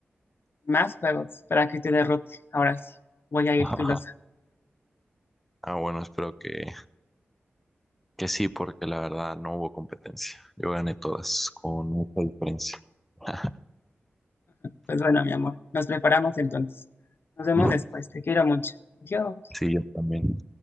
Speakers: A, on the left; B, in the centre.
A: más juegos, para que te derrote. Ahora sí, voy a ir
B: <laughs>
A: filosa.
B: Ah, bueno, espero que, que sí, porque la verdad no hubo competencia. Yo gané todas con mucha diferencia. <laughs>
A: Pues bueno, mi amor, nos preparamos entonces. Nos vemos
B: Ujú.
A: después. Te quiero mucho. Adiós.
B: Sí, yo también.